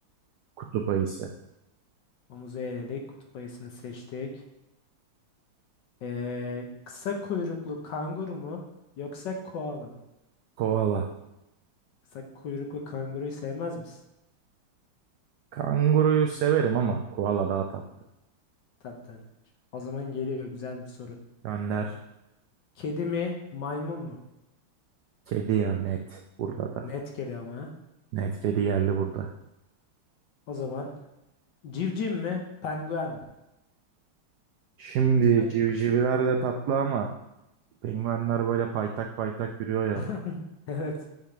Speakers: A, on the right; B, on the left.
A: Kutup ayısı.
B: Domuzu eledik. Kutup ayısını seçtik. Ee, kısa kuyruklu kanguru mu yoksa koala mı?
A: Koala.
B: Kısa kuyruklu kanguruyu sevmez misin?
A: Kanguruyu severim ama koala daha tatlı.
B: Tabii tabii. O zaman geliyor güzel bir soru.
A: Önder.
B: Kedi mi maymun mu?
A: Kedi ya net. Burada da.
B: Net kedi ama. ha.
A: Net kedi yerli burada.
B: O zaman civciv mi penguen mi?
A: Şimdi
B: Hadi
A: civcivler
B: bakalım.
A: de tatlı ama penguenler böyle paytak paytak yürüyor ya.
B: <laughs> Evet.